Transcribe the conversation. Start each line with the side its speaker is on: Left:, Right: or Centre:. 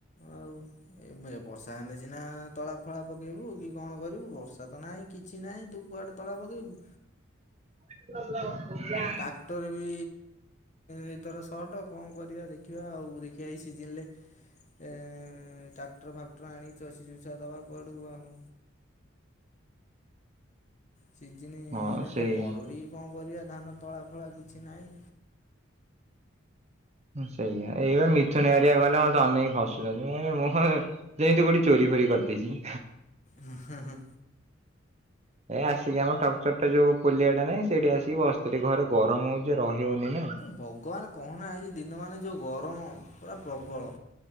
Left: ଆଉ ଏବେ ବର୍ଷା ହେଲେ ସିନା ତଳା ଫଳା ପ ପକେଇବୁ କି କଣ କରିବୁ। ବର୍ଷା ତ ନହିଁ। କିଛି ନାହିଁ। ତୁ କୁଆଡେ ତଳା ପକେଇବୁ।
Right: <inaudible>
Left: ଟ୍ରାକ୍ଟର ବି ଏଇଥର ସର୍ଟ। କଣ କରିବା ଦେଖିବା ଆଉ। ଦେଖିବା ଏ ସିଜିନ୍ ଲେ ଏ ଟ୍ରାକ୍ଟର ଫାକ୍ଟର ଆଣି ଚଷି ଚୁଷା ଦବା କୁଆଡ଼ୁ ଆଉ। ସିଜିନି
Right: ହଁ
Left: ଏଇନା
Right: ସେଇଆ
Left: ତ ମରୁଡ଼ି କଣ କରିବା? ଧାନ ତଳା ଫଳା କିଛି ନାହିଁ।
Right: ହଁ ସେଇଆ। ଏଇବା ମିଥୁନ ହେରିକା ଗଲେ ମତେ ଅନେଇ ହସୁଛନ୍ତି। ମୁଁ କହିଲି ମୁଁହରେ ଯେଏନ୍ତି କୋଉଠି ଚୋରି ଫୋରି କରିଦେଇଚି?
Left: ହଁ ହଁ ହଁ।
Right: ଏ ଆସିକି ଆମ ଟକ୍ଚରଟା ଯୋଉ ପୋଲିଆଟା ନାଇଁ, ସେଇଠି ଆସିକି ବସିଥିଲି। ଘରେ ଗରମ ହଉଛି ରହି ହଉନି ନା।
Left: ଭଗବାନ କହନା ଆଜି ଦିନ ମାନେ ଯୋଉ ଗରମ, ପୁରା ପ୍ରବଳ।